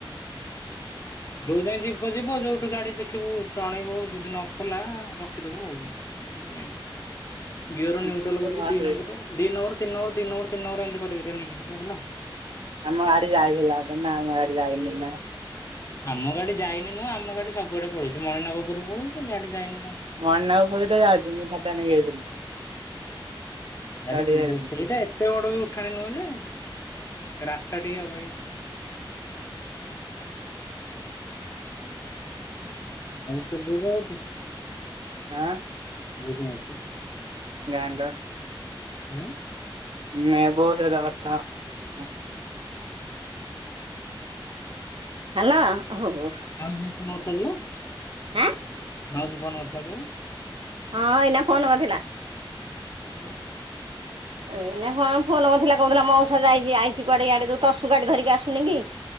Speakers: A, on the left; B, on the right.
A: <inaudible> ଯୋଉ ଯାଇ ଯିବ ଯିବ ଯୋଉଠୁ ଗାଡି ଦେଖିବୁ ଟଣେଇବୁ ଯଦି ନ କଲା ରଖିଦବୁ ଆଉ। ନାଇଁ ଗୀଅର
B: ଆମ
A: ନ୍ୟୁଟ୍ରାଲ କରିକି ଦି ନମ୍ବର ଦି ନମ୍ବର, ତିନି ନମ୍ବର ତିନି ନମ୍ବର, ତିନି ନମ୍ବର ଏମିତି କରି କରିକା ନେଇକି ଯିବୁ ହେଲା।
B: ଆମ ଗାଡ଼ି ଯାଇଥିଲା ନା ଆମ ଗାଡ଼ି ଯାଇଥିଲା।
A: ଆମ ଗାଡି ଯାଇନି ନୁହଁ। ଆମ ଗାଡି ସବୁଆଡେ ପଳେଇଛି ମଣିନାଗପୁରକୁ ପଳଉଛି ଗାଡି ଯାଇନି କଣ?
B: ମଣିନାଗପୁରେତ ଯାଉଛି। ମୁଁ ଟା ନେଇ ଯାଇଥିଲି।
A: ଗାଡ଼ି
B: ଚଢି
A: ଯିବ
B: ଯାଉଛି
A: ସେଇଟା ଏତେ ବଡ ବି ଉଠାଣି ନୁହଁ ଯେ, ରାସ୍ତା ଟିକେ ଅବାଗିଆ। <unintelligible>
B: ହଁ।
A: ବୋଉ କଣ କରୁଛି?
B: ଗାୟନ୍ର।
A: ହୁଁ
B: ନେ ବୋଉ ସହିତ କଥା ହ। ହେଲୋ ହଉ ହଉ।
A: ମାଉସୀ ଫୋନ କରିଥିଲା କି ଲୋ?
B: ହଁ
A: ମାଉସୀ ଫୋନ କରିଥିଲା କି ଆଉ?
B: ହଁ। ଏଇନା ଫୋନ୍ କରିଥିଲା।
A: ହୁଁ।
B: ଏଇନା କଣ ଫୋନ କରିଥିଲା କହୁଥିଲା ମଉସା ଯାଇ ଆଇଛି କୁଆଡେ ଇଆଡ଼େ ତସୁ ଗାଡି ଧରିକି ଆସୁନି କି?